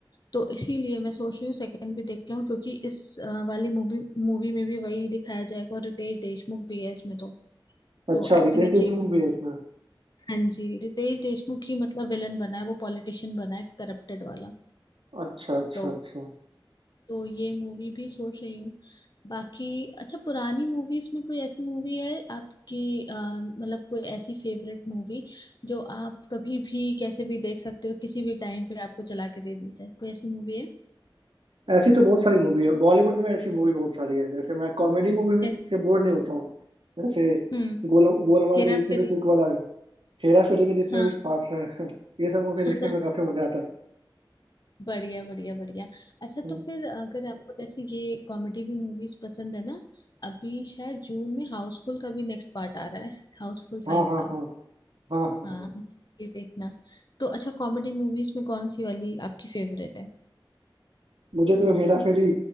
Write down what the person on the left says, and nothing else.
तो इसीलिए मैं सोच रही हूँ सेकंड भी देख के आऊँ क्योंकि इस अ, वाली मूवी मूवी में भी वही दिखाया जाएगा और रितेश देशमुख भी है इसमें तो
तो एक्टिंग
अच्छी
हाँ जी रितेश देशमुख ही मतलब विलन बना है वो पॉलिटिशियन बना है करप्टेड वाला
तो
तो ये मूवी भी सोच रही हूँ बाकी अच्छा पुरानी मूवीज में कोई ऐसी मूवी है आपकी अ, मतलब कोई ऐसी फेवरेट मूवी जो आप कभी भी कैसे भी देख सकते हो किसी भी टाइम पे आपको चला के दे दी जाए कोई ऐसी मूवी है
जै-
हम्म
हेरा
फेरी
हाँ
<laughs>
बढ़िया बढ़िया बढ़िया अच्छा
तो फिर अगर आपको जैसे ये कॉमेडी भी मूवीज पसंद है ना अभी शायद जून में हाउसफुल का भी नेक्स्ट पार्ट आ रहा है हाउसफुल
फाइव
का,
हाँ ये देखना तो अच्छा कॉमेडी मूवीज में कौन सी वाली आपकी फेवरेट है